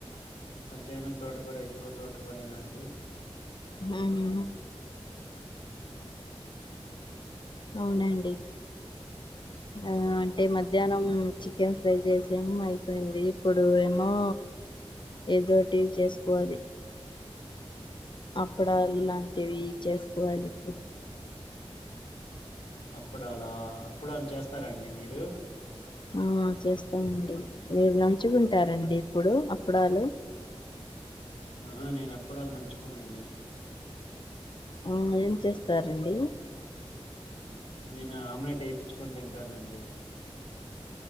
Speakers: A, on the left (about 85°); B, on the left (about 50°).
A: మధ్యానం తోటకోర ఇప్పుడు తోటకురేన అండి
B: <unintelligible> అవునండి ఆ అంటే మధ్యానం చికెన్ ఫ్రై చేసము అయిపోయింది ఇప్పుడు ఏమో ఏదోటి చేసుకోవాలి అప్పుడ లాంటివి చేసుకోవాలి ఇప్పుడు
A: అప్పుడాల అప్పుడలు చేస్తారండి మీరు
B: ఆ చేస్తామండి మీరు నంచుకుంటారండి ఇప్పుడు అప్పుడాలు
A: ఆహా నేను అప్పడాలు నంచుకోనండి
B: ఆ ఏం చేస్తారండి
A: ఉహు. నేన ఆమ్లెట్ వేప్పిచుకొని తింటానండి